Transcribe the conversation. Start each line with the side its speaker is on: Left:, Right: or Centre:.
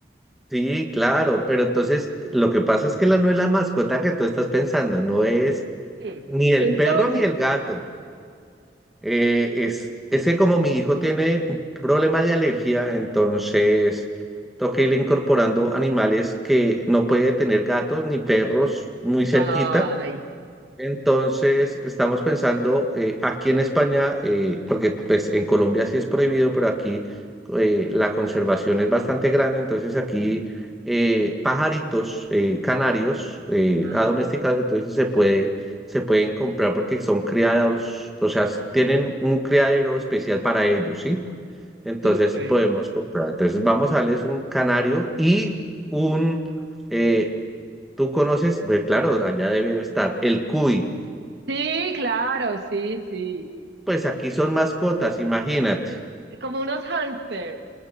Centre: Sí, claro, pero entonces lo que pasa es que la no es la mascota que tú estás pensando, no es
Right: Ay,
Centre: ni el
Right: entonces,
Centre: perro ni el gato. Eh, es, es que como mi hijo tiene un problema de alergia, entonces toca irle incorporando animales que no puede tener gatos ni perros muy cerquita
Right: ay,
Centre: Entonces, estamos pensando eh, aquí en España, eh, porque pues en Colombia sí es prohibido, pero aquí eh, la conservación es bastante grande, entonces aquí eh, pajaritos eh, canarios eh,
Right: ah,
Centre: adomesticados, entonces se puede, se pueden comprar porque son criados, o sea, tienen un criadero especial para ellos, ¿sí? Entonces
Right: súper.
Centre: podemos comprar. Entonces vamos a darles un canario y un, eh, Tú conoces, pues claro, allá debe estar el cuy.
Right: Sí, claro, sí, sí.
Centre: Pues aquí son mascotas, imagínate.
Right: Como unos hámster